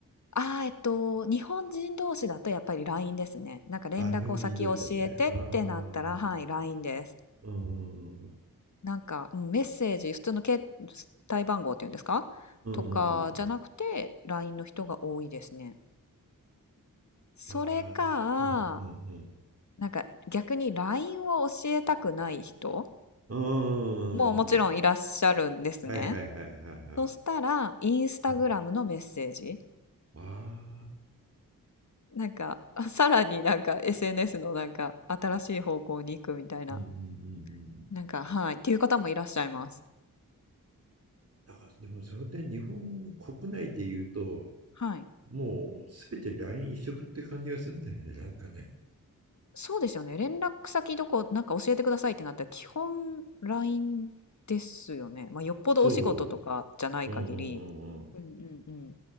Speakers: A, on the left; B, on the right.
A: ああ、えっと、日本人同士だとやっぱり LINE ですね。なんか連絡を先教えてってなったら、
B: あ、日本人同士だとね。あ
A: はい、
B: あ、
A: LINE です。
B: うんうんうん。
A: なんか、うん、メッセージ、普通の携帯番号っていうんですかとかじゃなくて、
B: うんうん
A: LINE の人が多いですね。それか、
B: まあ、うんうんうん。
A: なんか逆に LINE を教えたくない人
B: うーん。
A: ももちろんいらっしゃるんですね。
B: はいはいはいはいはい。
A: そしたら、インスタグラムのメッセージ。
B: うん。ああ、
A: なんか、<laughs> あさらになんか SNS のなんか新しい方向に行くみたいな、
B: うんうんうんうん。
A: なんか、はい、っていう方もいらっしゃいます。
B: なんから、でもその点、日本国内で言うと、
A: はい。
B: もうすべて LINE 一色って感じがするんだよね、なんかね。
A: そうですよね。連絡先どこ、なんか教えてくださいってなったら、基本 LINE ですよね。まあ、よっぽどお仕事とかじゃない限り。
B: そう。うんうんうん
A: うんうんうん。